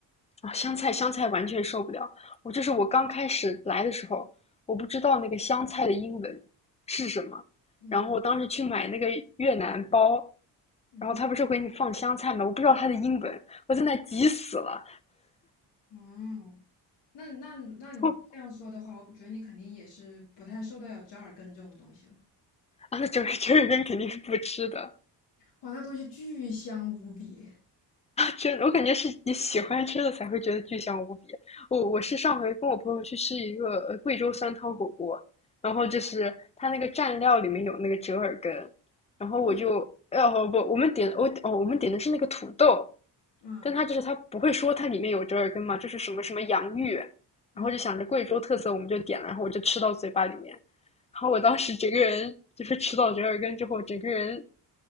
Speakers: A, on the left (about 15°); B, on the left (about 80°).
A: 啊，香菜香菜完全受不了。我就是我刚开始来的时候，我不知道那个香菜的英文是什么，
B: 嗯。
A: 然后我当时去买那个越南包，
B: 嗯，
A: 然后他不是给你放香菜吗？我不知道它的英文，我在那急死了。
B: 哦，那那那你这样说的话，
A: 后
B: 我觉得你肯定也是不太受得了折耳根这种东西了。
A: 啊，那整个整个人肯定是不吃的。
B: 哇，那东西巨香无比。
A: 真的，我感觉是你喜欢吃的才会觉得巨香无比。我我是上回跟我朋友去吃一个呃贵州酸汤火锅，然后就是它那个蘸料里面有那个折耳根，然后我就呃不不，
B: 对，
A: 我们点我哦我们点的是那个土豆，
B: 嗯
A: 但它就是它不会说它里面有折耳根嘛，就是什么什么洋芋，
B: 嗯，
A: 然后就想着贵州特色我们就点了，然后我就吃到嘴巴里面，然后我当时整个人就是吃到折耳根之后，整个人